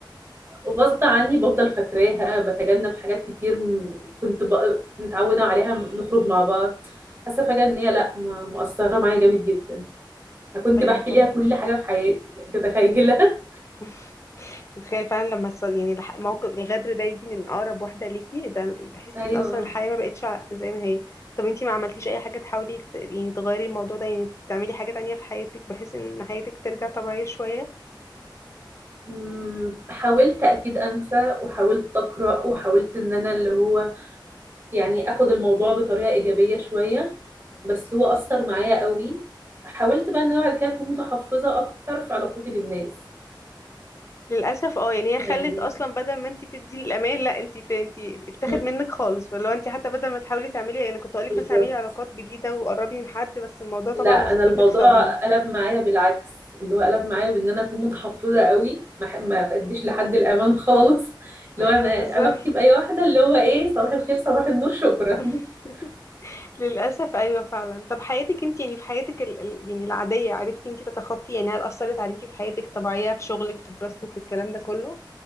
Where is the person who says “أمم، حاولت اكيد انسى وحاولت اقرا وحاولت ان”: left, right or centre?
Right